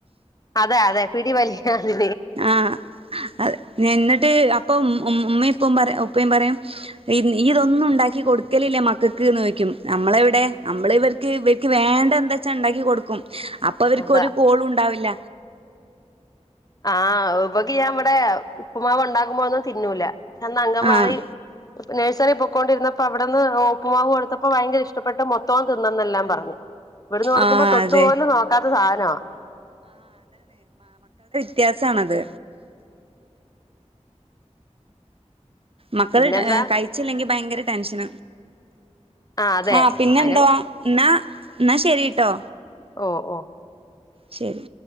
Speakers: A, on the left; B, on the right.
A: അതെ അതെ പിടി വലിയാണ്
B: ആഹ് അത് എന്നിട്ട് അപ്പം ഉമ്മ ഉപ്പയും പറയും ഇതൊന്നും ഉണ്ടാക്കി കൊടുക്കലേ മക്കൾക്ക്നമ്മളെവിടെ നമ്മള ഇവർക്ക് വേണ്ട എന്താ വച്ചാ ഉണ്ടാക്കി കൊടുക്കും അപ്പൊ അവർക്കൊരു
A: അതാ
B: കോളും ഉണ്ടാവില്ല
A: ആഹ് ഇവൾക്ക് ഞാൻ ഇവിടെ ഉപ്പുമാവ് ഉണ്ടാക്കുമ്പോഴൊന്നും തിന്നൂല എന്നാ അംഗൽവാടി-
B: ആഹ്
A: നഴ്സറി <unintelligible> അവിടെന്ന് പ്പുമാവ് കൊടുത്തപ്പോ ഭയങ്കര ഇഷ്ടപ്പെട്ട് മൊത്തം തിന്നന്നെല്ലാം പറഞ്ഞു ഇവിടുന്ന് കൊടുക്കുമ്പോ
B: ആഹ്
A: തൊട്ടുപോലും
B: അതെ
A: നോക്കാത്ത സാധനമാ
B: വിത്യാസാണിത് മക്കൾ
A: പിന്നെന്താ
B: കഴിച്ചില്ലെങ്കി ഭയങ്കര ടെൻഷൻ
A: ആഹ് അതെ
B: ആഹ പിന്നെന്തോ
A: അയിനെ
B: എന്നാ എന്നാ ശരിട്ടോ
A: ഓ ഓ
B: ശരി